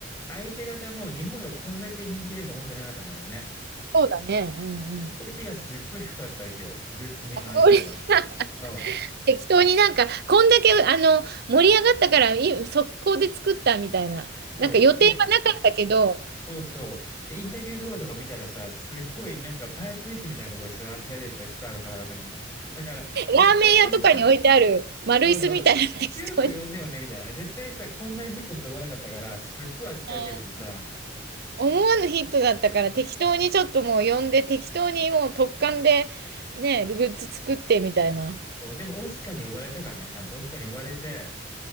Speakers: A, on the left; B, on the right.
A: 相手方も日本でこんだけ人気出ると思ってなかったんだろうね。
B: そうだね。うんうん。
A: クオリティがすっごい低かったわけよ。グッズに関しては。
B: あクオリティ
A: そう。
B: 適当になんか、こんだけ、あの、盛り上がったから、い速攻で作ったみたいな。
A: そう。
B: なんか予定はなかったけど、
A: で、そうそう。で、インタビュー動画とか見たらさ、すっごいなんかパイプ椅子みたいなところに座らされてて、スターの方々も。だから、絶対これさ、
B: ラーメン屋とかに置いてある丸椅子みたいな適当に。
A: そうそう。急区呼んでよね、
B: う
A: みたいな。絶対さ、こんなにヒットしたと思わなかったから、すっごい扱い受けててさ。
B: ん思わぬヒットだったから、適当にちょっともう呼んで、適当にもう突貫で、ね、グッズ作ってみたいな。
A: そうでも、オスカーに呼ばれたからね、ちゃんとオスカーに呼ばれて、